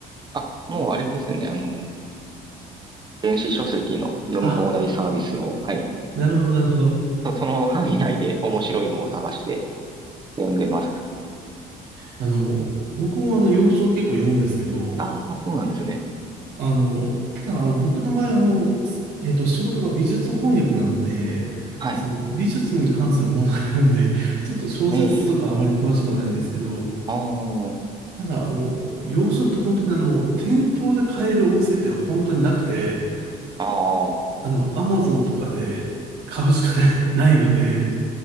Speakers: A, on the right; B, on the right.
A: あ、もうあれですね、あの、電子書籍の読み放題サービスを、
B: あ
A: はい、
B: なるほど、なるほど。
A: そ、その範囲内で面白いのを探して読んでます。
B: あの、僕もあの、洋書を結構読むんですけど、
A: ああ、そうなんですね。
B: あの、ただあの、僕の場合あの、すえっと、仕事が美術翻訳なので、
A: はい。
B: その美術に関するものがあるんで、ちょっと小説とかあまり詳しくはないんですけど、
A: ええ、あー
B: ただあの、洋書って本当にあの、店頭で買えるお店って本当になくて、
A: あー、
B: あの、アマゾンとかで買うしかな <laughs> ないので、